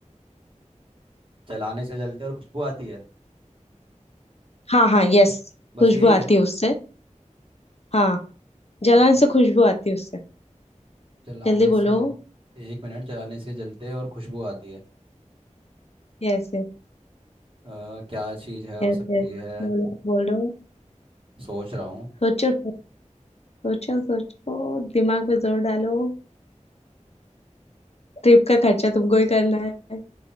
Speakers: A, on the right (about 45°); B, on the left (about 55°).
A: चलाने से जलते और खुशबू आती है
B: हाँ हाँ यस
A: बस
B: खुशबू
A: यही है
B: आती है उससे हाँ जलाने
A: च-
B: से खुशबू आती है उससे
A: चलाने
B: जल्दी
A: से
B: बोलो
A: एक मिनट चलाने से जलते और खुशबू आती है
B: Yes
A: अ, क्या चीज़ है हो
B: yes
A: सकती
B: yes
A: है
B: बोलो बोलो
A: सोच रहा हूँ
B: सोचो सोचो सोचो दिमाग पे जोर डालो ट्रिप का खर्चा तुमको ही करना है